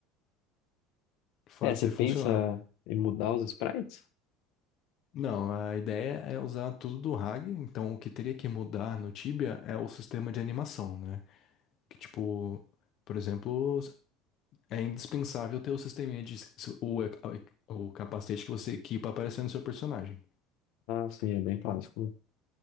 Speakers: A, on the left; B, on the left.
A: fazer
B: É, você pensa
A: funcionar.
B: em mudar os sprites?
A: Não, a ideia é usar tudo do RAG, então o que teria que mudar no Tibia é o sistema de animação, né? Que tipo, por exemplo, é indispensável ter o sistema de o, o capacete que você equipa aparecendo no seu personagem.
B: Ah, sim, é bem clássico.